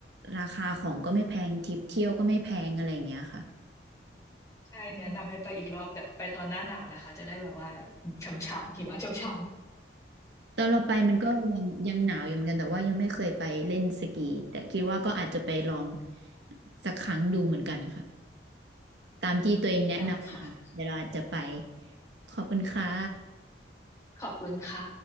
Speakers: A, on the right; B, on the left.
A: ราคาของก็ไม่แพงทริปเที่ยวก็ไม่แพงอะไรอย่างเงี้ยค่ะ
B: ใช่แนะนำให้ไปอีกรอบแต่ไปตอนหน้าหนาวนะคะจะได้แบบว่าช่ำๆหิมะช่
A: ตอนเราไปมันก็ยังยังหนาวอยู่เหมือนกันแต่ว่ายังไม่เคยไปเล่นสกีแต่คิดว่าก็อาจจะไปลองสักครั้งดูเหมือนกันค่ะตามที่ตัวเองแนะนำมาเดี๋ยวเราอาจจะไป
B: ำๆได้ค่ะ
A: ขอบคุณค่ะ
B: ขอบคุณค่ะ